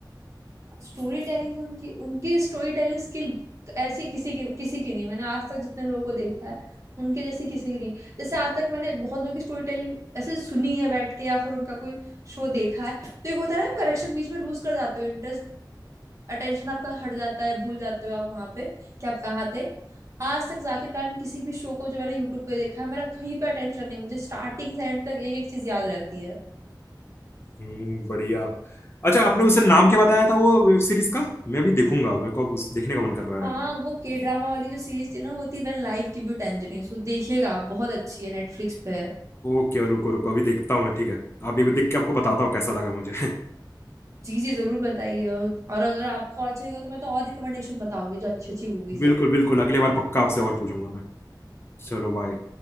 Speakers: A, on the right (about 40°); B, on the left (about 30°).
A: स्टोरी टेलिंग उनकी उनकी स्टोरी टेलिंग स्किल ऐसी किसी की किसी की नहीं मैंने आज तक जितने लोगों को देखा है उनके जैसी किसी की नहीं जैसे आज तक मैंने बहुत लोगों की स्टोरी टेलिंग ऐसे सुनी है बैठ के या फिर उनका कोई शो देखा है तो एक होता है ना आप करेक्शन बीच में लूज कर जाते हो इंटरेस्ट अटेंशन आपका हट जाता है भूल जाते हो आप वहां पे कि आप कहाँ थे आज तक जाकिर खान किसी भी शो को जो मैंने यूट्यूब पे देखा है मेरा कहीं पे अटेंशन नहीं मुझे स्टार्टिंग से एंड तक एक एक चीज याद रहती है
B: हम्म बढ़िया अच्छा आपने उसे नाम क्या बताया था वो वेब सीरीज का मैं भी देखूंगा मेरे को अब उस देखने का मन कर रहा
A: हाँ
B: है
A: वो के ड्रामा वाली जो सीरीज थी ना वो थी when life give you tangerines वो देखिएगा आप बहुत अच्छी है नेटफ्लिक्स पे है
B: ओके रुको रुको अभी देखता हूँ मैं ठीक है आप एक बार देख के आपको बताता हूँ कैसा लगा मुझे
A: जी जी जरूर बताइए और और अगर आपको और चाहिए होगा तो मैं तो और रिकमेंडेशन बताऊंगी जो अच्छी अच्छी
B: <laughs>
A: मूवीज
B: बिल्कुल
A: है
B: बिल्कुल अगली बार पक्का आपसे और पूछूंगा मैं चलो बाय